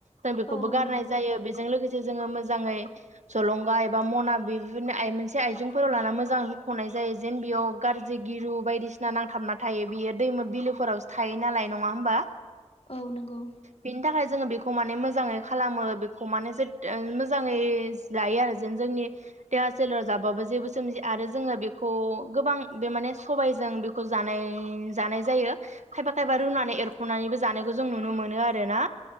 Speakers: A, on the right (about 80°); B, on the left (about 55°).
A: जों बेखौबो
B: औ औ
A: गारनाय
B: नंगौ
A: जायो बेजों लोगो से जोङो मोजाङै जलंगा एबा मना बेनो मोनसे आइजेंफोराव लाना मोजाङै हुख'नाय जायो जेन बेयाव गार्जि गिरु बायदिसिना नांथाबना थायो बियो दैमा बिलोफोरावसो थायो नालाय नङा होमबा।
B: औ नोंगौ।
A: बिनि थाखाय जोङो बेखौ माने मोजाङै खालामो बेखौ माने जोथोन ओं मोजाङै लायो आरो जेन जोंनि देहा सोलेर जाबाबो जेबो सोमजिया। आरो जोङो बेखौ गोबां बे माने सबायजों बेखौ जा जानाय जायो। खायफा खायफा रुनानै एरखनानैबो जानायखौ जों नुनो मोनो आरो ना।